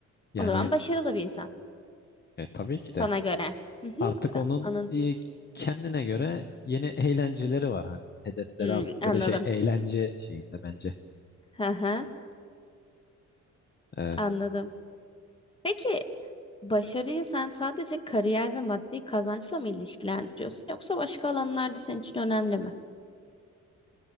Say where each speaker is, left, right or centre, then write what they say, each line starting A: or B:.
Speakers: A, on the left; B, on the left.
A: Yani
B: O zaman başarılı bir insan
A: e, tabii ki
B: sana
A: de
B: göre. Hı hı,
A: artık onun
B: anın-
A: e, kendine göre yeni eğlenceleri var. Hani hedefleri
B: hmm,
A: artık
B: anladım.
A: böyle şey eğlence şeyinde bence.
B: Hı hı,
A: E,
B: anladım. Peki başarıyı sen sadece kariyer ve maddi kazançla mı ilişkilendiriyorsun yoksa başka alanlarda senin için önemli mi?